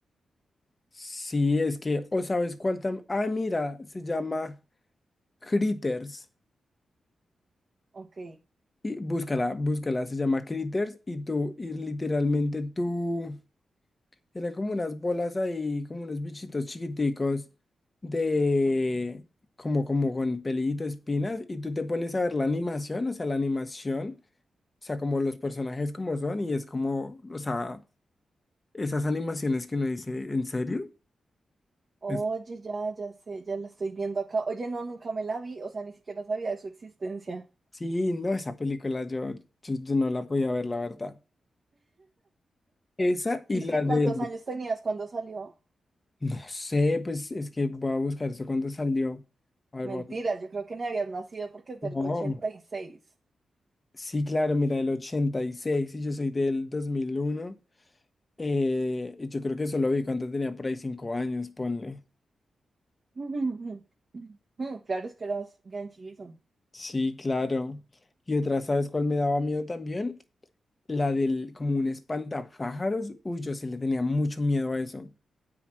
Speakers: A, on the left; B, on the right.
A: Sí, es que, o sabes cuál tam, ah, mira, se llama Critters.
B: Ok.
A: Y búscala, búscala, se llama Critters y tú, y literalmente tú. Eran como unas bolas ahí, como unos bichitos chiquiticos de como, como con pelito, espinas, y tú te pones a ver la animación, o sea, la animación, o sea, como los personajes como son, y es como, o sea, esas animaciones que uno dice, ¿en serio?
B: Oye,
A: Es-
B: ya, ya sé, ya la estoy viendo acá. Oye, no, nunca me la vi, o sea, ni siquiera sabía de su existencia.
A: sí, no, esa película yo, yo, yo no la podía ver, la verdad. Esa y
B: ¿Y,
A: la
B: y
A: de,
B: cuántos años tenías cuando salió?
A: no sé, pues es que voy a buscar eso cuando salió. A ver,
B: Mentira,
A: vamos.
B: yo creo que ni habías nacido porque es del
A: a- no.
B: 86.
A: Sí, claro, mira, el ochenta y seis y yo soy del dos mil uno eh, y yo creo que eso lo vi cuando tenía por ahí cinco años, ponle.
B: <laughs> Mm, Claro, es que eras bien chiquito.
A: Sí, claro. Y otra, ¿sabes cuál me daba miedo también? La del como un espantapájaros. Uy, yo sí le tenía mucho miedo a eso.